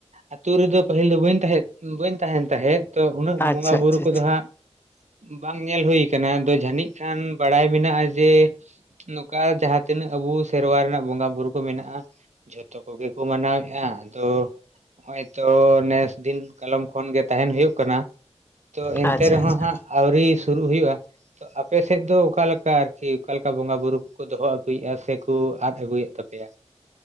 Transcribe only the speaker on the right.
ᱟᱹᱛᱩ ᱨᱮᱫᱚ ᱯᱟᱹᱦᱤᱞ ᱫᱚ ᱵᱟᱹᱧ ᱛᱟᱦᱮᱱ ᱛᱟᱦᱮᱸᱫ ᱛᱚ ᱩᱱᱟᱹᱜ
ᱵᱚᱸᱜᱟ ᱵᱩᱨᱩ
ᱠᱚᱫᱚ
ᱦᱟᱸᱜ ᱵᱟᱝ ᱧᱮᱞ ᱦᱩᱭᱩ ᱠᱟᱱᱟ ᱟᱫᱚ ᱡᱟᱹᱱᱤᱡ ᱠᱷᱟᱱ ᱵᱟᱲᱟᱭ ᱢᱮᱱᱟᱜᱼᱟ ᱡᱮ ᱱᱚᱝᱠᱟ ᱡᱟᱸᱦᱟ ᱛᱤᱱᱟᱹᱜ ᱟᱵᱚ ᱥᱮᱨᱣᱟ ᱨᱮᱱᱟᱜ ᱵᱚᱸᱜᱟ ᱵᱩᱨᱩ ᱠᱚ ᱢᱮᱱᱟᱜᱼᱟ᱾ ᱡᱚᱛᱚ ᱠᱚᱜᱮ ᱠᱚ ᱢᱟᱱᱟᱣᱮᱜᱼᱟ ᱟᱫᱚ ᱱᱚᱜᱼᱚᱭ ᱛᱚ ᱱᱮᱥ ᱫᱤᱱ ᱠᱟᱞᱚᱢ ᱠᱷᱚᱱ ᱜᱮ ᱛᱟᱦᱮᱱ ᱦᱳᱭᱳᱜ ᱠᱟᱱᱟ ᱛᱚ ᱮᱱᱛᱮ
ᱨᱮᱦᱚᱸ
ᱦᱟᱸᱜ ᱟᱹᱣᱨᱤ ᱥᱩᱨᱩᱜ ᱦᱳᱭᱳᱜᱼᱟ ᱛᱚ ᱟᱯᱮ ᱥᱮᱫ ᱫᱚ ᱚᱠᱟ ᱞᱮᱠᱟ? ᱥᱮ ᱚᱠᱟ ᱞᱮᱠᱟ ᱵᱚᱸᱜᱟ ᱵᱩᱨᱩ ᱠᱚ ᱫᱚᱦᱚ ᱟᱹᱜᱩᱭᱮᱜᱼᱟ ᱥᱮᱠᱚ ᱟᱫ ᱟᱹᱜᱩᱭᱮᱫ ᱛᱟᱯᱮ ᱭᱟ᱾